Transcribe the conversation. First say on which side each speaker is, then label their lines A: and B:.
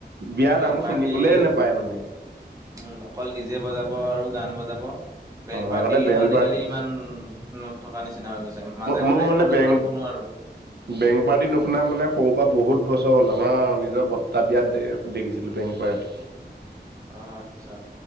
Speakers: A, on the right (about 65°); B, on the right (about 20°).
A: বিয়া
B: বেংক
A: নাম
B: পাৰ্টিও
A: শুনিবলে নেপায় মানে।
B: উম অকল ডিজে বজাব আৰু গান বজাব। বেংক
A: অ
B: বাদিও
A: আগতে বেণ্ড
B: আজিকালি
A: পাৰ্টি
B: ইমান নট থকা নিচিনা হৈ গৈছে। মাজে মাজে
A: মই
B: এখন
A: মানে
B: দুখনৰ
A: বেং
B: শুনো আৰু।
A: বেংক বাদি নুশুনা মানে সৰু পৰা বহুত বছৰ ওলাম। আমাৰ নিজৰ বৰ্তা বিয়াত দে দেখিছিলো বেংক পাৰ্টি।
B: অ আচ্ছা